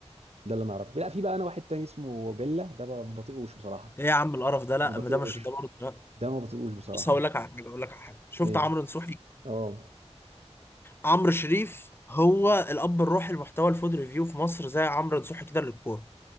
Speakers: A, on the right; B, on the left.
A: ده اللي انا اعرفه لا في بقى انا واحد تاني اسمه بيلا ده ما بطيقوش بصراحه
B: ايه يا عم القرف ده لا
A: ما بطيقوش
B: ما ده مش ده برضه لا.
A: ده ما بطيقوش بصراحه
B: بص هقول لك على حاجه اقول لك على حاجه شفت
A: ايه
B: عمرو نصوحي
A: اه
B: عمرو شريف هو الاب الروحي لمحتوى الفود ريفيو في مصر زي عمرو نصوحي كده للكوره